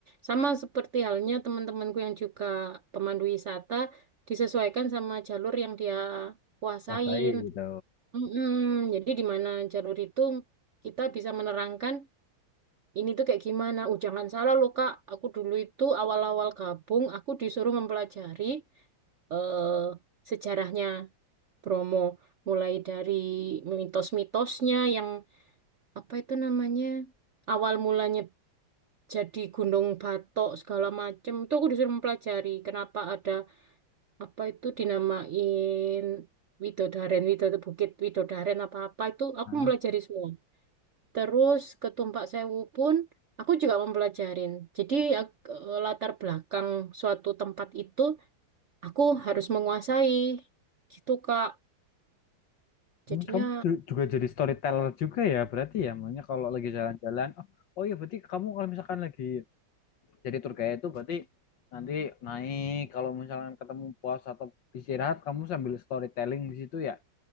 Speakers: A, on the right (about 75°); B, on the left (about 60°).
A: Sama seperti halnya teman-temanku yang juga pemandu wisata disesuaikan sama jalur yang dia kuasain.
B: Pasai gitu
A: Mm-mm. Jadi di mana jalur itu kita bisa menerangkan ini tuh kayak gimana. Uh, jangan salah loh Kak, aku dulu itu awal-awal gabung, aku disuruh mempelajari eh, sejarahnya Bromo, mulai dari mitos-mitosnya yang apa itu namanya awal mulanya jadi Gunung Batok segala macem. Itu aku disuruh mempelajari kenapa ada apa itu dinamain Widodaren, Widodaren, Bukit Widodaren apa-apa itu aku
B: Hah?
A: mempelajari semua. Terus ketumpak sewu pun aku juga mempelajarin. Jadi ak- eh, latar belakang suatu tempat itu aku harus menguasai gitu Kak.
B: Hmm,
A: Jadinya
B: Kamu ju- juga jadi storyteller juga ya berarti ya, makanya kalau lagi jalan-jalan, oh, oh iya berarti kamu kalau misalkan lagi jadi tour guide itu berarti nanti naik kalau misalnya ketemu pos atau istirahat kamu sambil storytelling di situ ya